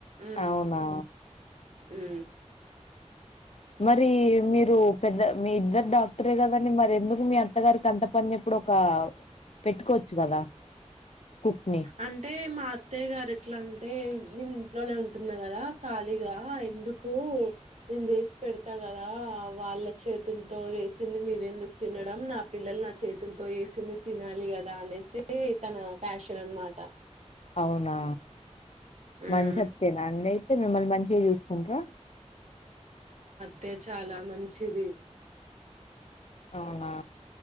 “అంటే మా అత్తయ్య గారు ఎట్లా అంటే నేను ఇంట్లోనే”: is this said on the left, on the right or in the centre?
Right